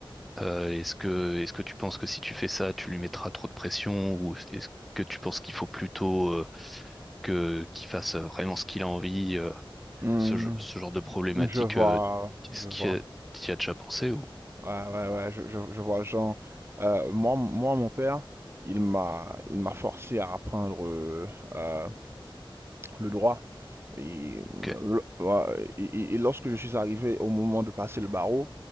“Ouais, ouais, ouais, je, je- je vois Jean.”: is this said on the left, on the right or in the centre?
Right